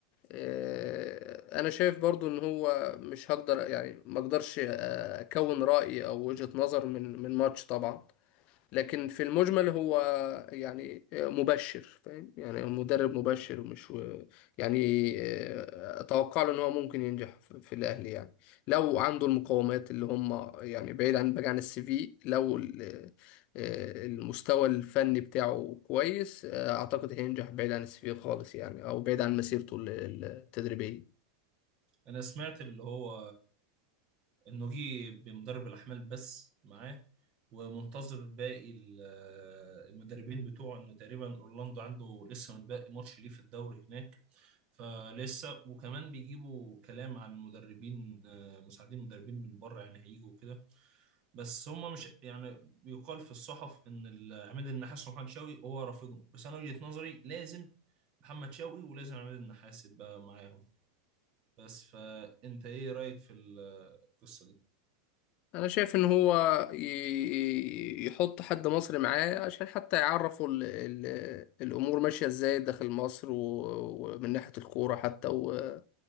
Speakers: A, on the left; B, on the right.
A: آه، انا شايف برضو ان هو مش هقدر يعني ما اقدرش آه، اكون راي او وجهه نظر من من ماتش طبعا لكن في المجمل هو يعني مبشر فاهم يعني هو مدرب مبشر ومش يعني آه، اتوقع له ان هو ممكن ينجح في في الاهلي يعني لو عنده المقومات اللي هم يعني بعيد عن بعيد عن السي في لو ال- آه، المستوى الفني بتاعه كويس آه، اعتقد هينجح بعيد عن السي في خالص يعني او بعيد عن مسيرته ال- التدريبية
B: انا سمعت اللي هو النوجي بمدرب الأحمال بس معاه ومنتظر باقي ال- المدربين بتوعه إنه تقريبا أورلاندو عنده لسه متبقي ماتش ليه في الدوري هناك فلسه وكمان بيجيبوا كلام عن مدربين آه، مساعدين مدربين من بره يعني هيجوا وكده بس هم مش يعني بيقال في الصحف ان ال- عماد النحاس ومحمد شوقي هو رافضهم بس انا وجهة نظري لازم محمد شوقي ولازم عماد النحاس يبقى معاهم بس فانت ايه رأيك في القصة دي
A: انا شايف ان هو ي- يحط حد مصري معاه عشان حتى يعرفوا ال ال الامور ماشيه ازاي داخل مصر و- ومن ناحيه الكوره حتى و